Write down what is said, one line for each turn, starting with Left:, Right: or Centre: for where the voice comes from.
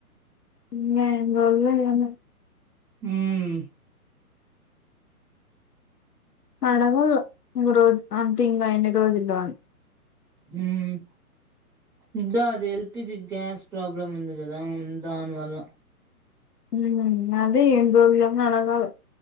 Left: ఇంగ ఎన్ని రోజులో ఏమో
Centre: ఉమ్మ్
Left: అడగల్ల ఒక రోజు ఆంటీ ఇంగ ఎన్ని రోజులు ఇల అని
Centre: ఉమ్ ఇంకా అది ఎల్పిజి గ్యాస్ ప్రాబ్లం ఉంది కదా దానివల్ల
Left: ఉమ్ అదే ఏన్ని రోజులని అడగాలి